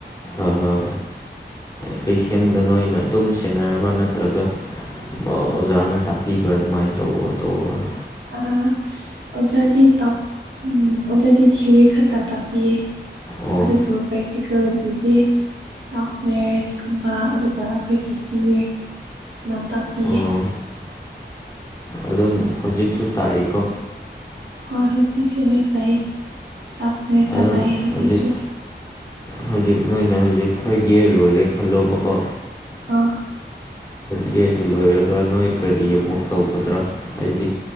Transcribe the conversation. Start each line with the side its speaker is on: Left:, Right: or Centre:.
Left: ꯑꯥ ꯄꯦꯁꯦꯟꯗ ꯅꯣꯏꯅ ꯑꯗꯨꯝ ꯁꯦꯟꯅꯔꯕ ꯅꯠꯇ꯭ꯔꯒ ꯑꯣꯖꯥꯅ ꯇꯥꯛꯄꯤꯕ꯭ꯔꯥ ꯑꯗꯨꯃꯥꯏꯅ ꯇꯧꯑꯣ ꯇꯧꯑꯣꯅ
Right: ꯑꯥ ꯑꯣꯖꯥꯗꯤ ꯇꯄ ꯎꯝ ꯑꯣꯖꯥꯗꯤ ꯊꯤꯎꯔꯤ ꯈꯛꯇ ꯇꯥꯛꯄꯤꯌꯦ
Left: ꯑꯣ
Right: ꯑꯗꯨꯕꯨ ꯄ꯭ꯔꯦꯛꯇꯤꯀꯦꯜꯒꯤꯗꯤ ꯏꯁ꯭ꯇꯥꯐ ꯅꯔꯁꯀꯨꯝꯕ ꯑꯗꯨꯒ ꯑꯩꯈꯣꯏꯒꯤ ꯁꯤꯅꯦꯌꯔ ꯅꯥ ꯇꯥꯛꯄꯤꯌꯦ
Left: ꯑꯣ ꯑꯗꯨꯝ ꯍꯧꯖꯤꯛꯁꯨ ꯇꯥꯛꯏꯀꯣ
Right: ꯍꯣꯏ ꯍꯧꯖꯤꯛꯁꯨ ꯂꯣꯏꯅ ꯇꯥꯌꯦ ꯏꯁ꯭ꯇꯥꯐ
Left: ꯑꯗꯨꯝ
Right: <unintelligible> ꯇꯥꯌꯦ ꯍꯧꯖꯤꯛꯁꯨ
Left: ꯍꯧꯖꯤꯛ ꯍꯧꯖꯤꯛ ꯅꯣꯏꯅ ꯍꯧꯖꯤꯛ ꯈꯣꯏꯒꯤ ꯂꯣꯏꯔꯦ ꯈꯜꯂꯣꯕꯀꯣ
Right: ꯑꯥ
Left: ꯕꯦꯁꯤ ꯂꯣꯏꯔꯒ ꯅꯣꯏ ꯀꯔꯤ ꯑꯃꯨꯛ ꯇꯧꯒꯗ꯭ꯔꯥ ꯍꯥꯏꯗꯤ